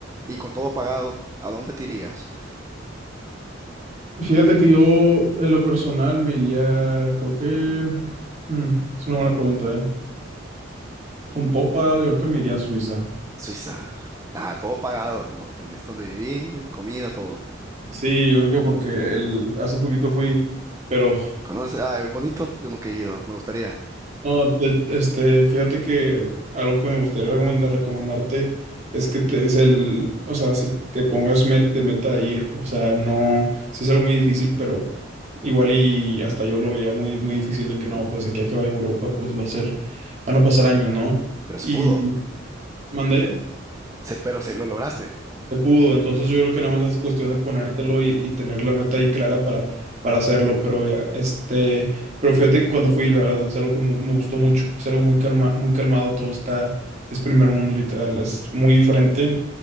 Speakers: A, on the right (about 15°); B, on the right (about 40°).
A: y con todo pagado, ¿a dónde te irías?
B: Fíjate que yo, en lo personal, me iría, creo que, mm, es una buena pregunta, ¿eh? Con popa, yo creo que me iría a Suiza.
A: Suiza. Ah, todo pagado, como tenés donde vivir, comida, todo.
B: Sí, yo creo que porque el, hace poquito fui, pero
A: ¿Conoces? Ah, es bonito. Yo nunca he ido, me gustaría.
B: no, de- este, fíjate que algo que me gustaría recomendar- recomendarte es que te des el, o sea, si te pongas met- de meta a ir, o sea, no, sí es algo muy difícil, pero igual y hasta yo lo veía muy, muy difícil de que no, pues de aquí a que vaya a Europa, pues va a ser, van a pasar años, ¿no?
A: Pero se
B: Y
A: pudo.
B: mandé.
A: Se, pero se lo lograste.
B: se pudo, entonces yo creo que nada más es cuestión de ponértelo y, y tener la meta ahí clara para, para hacerlo, pero eh, este, pero fíjate que cuando fui, la verdad, es algo que me, me gustó mucho, es algo muy calma, muy calmado, todo está, es primer mundo literal, es muy diferente